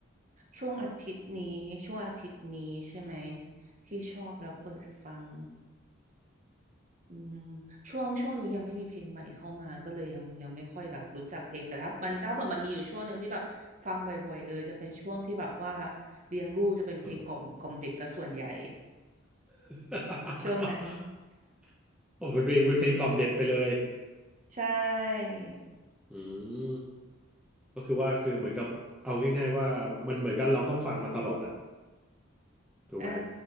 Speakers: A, on the right; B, in the centre.
A: ช่วงอาทิตย์นี้ช่วงอาทิตย์นี้ใช่ไหมที่ชอบแล้วเปิดฟังอืมช่วงช่วงนี้ยังไม่มีเพลงใหม่เข้ามาก็เลยยังยังไม่ค่อยแบบรู้จักเพลงแต่ถ้ามันถ้าแบบมันมีอยู่ช่วงหนึ่งที่แบบฟังบ่อยๆเลยจะเป็นช่วงที่แบบว่าเลี้ยงลูกจะเป็นเพลงกล่อมกล่อมเด็กซะส่วนใหญ่
B: <laughs> อือฮึ <laughs>
A: ช่วงนั้น
B: โอ้เป็นเพลงเป็นเพลงกล่อมเด็ดไปเลย
A: <laughs> ใช่
B: อืมก็คือว่าคือเหมือนกับเอาง่ายๆว่ามันเหมือนกับเราต้องฟังมาตลอดอ่ะถูกไหม
A: อ่า